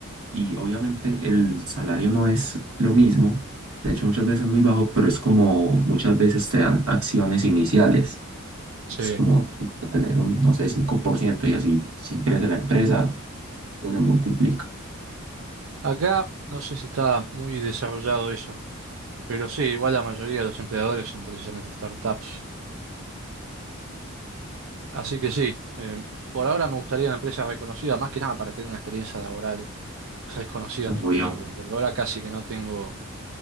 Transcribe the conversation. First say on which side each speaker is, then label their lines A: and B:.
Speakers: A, on the right (about 80°); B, on the right (about 60°).
A: y obviamente el salario no es lo mismo, de hecho muchas veces es muy bajo, pero es como muchas veces te dan acciones iniciales, es
B: sí.
A: como tener un, no sé, 5% y así si crece la empresa, no se multiplica.
B: Acá no sé si está muy desarrollado eso, pero sí, igual la mayoría de los empleadores son precisamente startups. Así que sí, eh, por ahora me gustaría una empresa reconocida, más que nada para tener una experiencia laboral reconocida
A: Obvio.
B: en mi currículum, porque ahora casi que no tengo,